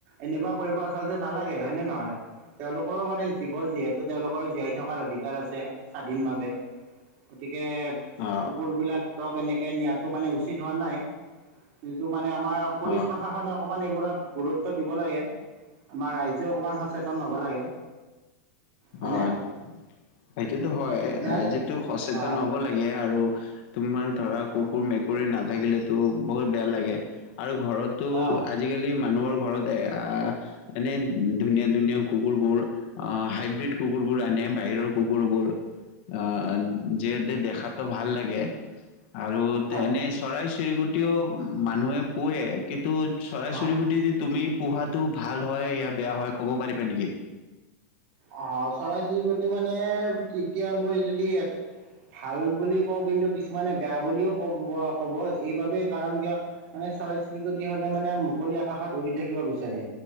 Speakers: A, on the right (about 35°); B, on the left (about 40°).
A: এনেকুৱা কৰিব আচলতে নালাগে হয়নে নহয়? তেওঁলোকৰো মানে জীৱ যিহেতু, তেওঁলোকৰ জীয়াই থকাৰ অধিকাৰ আছে। কৰে স্বাধীনভাৱে, গতিকে
B: অ
A: কুকুৰ বিলাকক এনেকে নিয়াটো মানে উচিত হোৱা নাই। যিটো মানে আমাৰ পুলিচ
B: অ
A: প্ৰশাসনক অকণমান এইবোৰত গুৰুত্ব দিব লাগে। আমাৰ ৰাইজেও অকণমান সচেতন হ'ব লাগে। হয়নে
B: অঁ সেইটোতো হয়।
A: ইয়াৰ
B: ৰাইজেটো সচেতন
A: অঁ
B: হ'ব লাগে আৰু, তোমাৰ ধৰা কুকুৰ,
A: অঁ
B: মেক কুৰি নাথাকিলেতো বহুত বেয়া লাগে, আৰু ঘৰতো
A: অঁ
B: আজিকালি মানুহৰ ঘৰতে এ, আ এনেই ধুনীয়া ধুনীয়া কুকুৰবোৰ আহ হাই ব্ৰিদ কুকুৰবোৰ আনে, বাহিৰৰ কুকুৰবোৰ অ', যিহেতু দেখাত ত' ভাল লাগে, আৰু
A: হয়
B: এনেই চৰাই চিৰিকুটিও মানুহে পোৱে কিন্তু, চৰাই
A: অঁ
B: চিৰিকুটি যি তুমি পোহাতটো ভাল হয়, বেয়া হয় ক'ব পাৰিবা নিকি?
A: আহ', চৰাই চিৰিকুটি মানে কেতিয়া মই যদি এক ভাল বুলি কওঁ কিন্তু কিছুমানে বেয়া বুলিও ক' ক'ব, এইবাবেই কাৰণ কিয় মানে চৰাই চিৰিকতি হতে মানে, মুকলি আকাশত উৰি থাকিব বিচাৰে।